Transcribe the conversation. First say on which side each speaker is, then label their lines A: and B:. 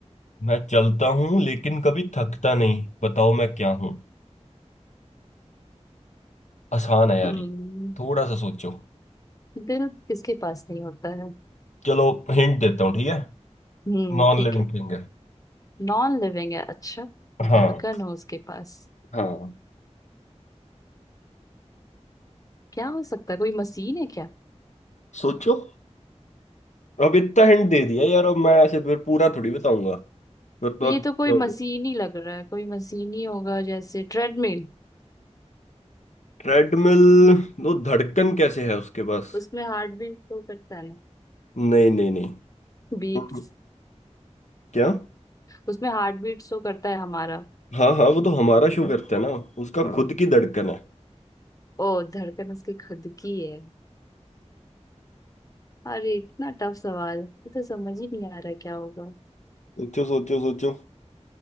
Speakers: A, on the left; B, on the left.
A: मैं चलता हूँ लेकिन कभी थकता नहीं बताओ मैं क्या हूँ आसान है यार
B: नहीं
A: ये थोड़ा सा सोचो
B: दिल किसके पास नहीं होता है
A: चलो हिंट देता हूँ ठीक है
B: हम्म
A: नॉन
B: ठीक
A: लिविंग
B: है
A: थिंग है
B: नॉन लिविंग है अच्छा धड़कन
A: हाँ
B: हो उसके पास
A: हाँ
B: क्या हो सकता है कोई मशीन है क्या
A: सोचो अब इतना हिंट दे दिया यार अब मैं ऐसे फिर पूरा थोड़ी बताऊंगा फिर तो
B: ये
A: अब
B: तो
A: क्या
B: कोई
A: हो
B: मशीन
A: गया
B: ही लग रहा है कोई मशीन ही होगा जैसे ट्रेडमिल
A: ट्रेडमिल वो धड़कन कैसे है उसके पास
B: उसमें हार्ट बीट शो करता है ना
A: नहीं नहीं नहीं
B: बीट्स
A: हम्म। क्या
B: उसमें हार्ट बीट शो करता है हमारा
A: हाँ हाँ वो तो हमारा शो करता है ना उसका हाँ खुद की धड़कन है
B: ओ धड़कन उसकी खुद की है अरे इतना टफ सवाल ये तो समझ ही नहीं आ रहा क्या होगा
A: सोचो सोचो सोचो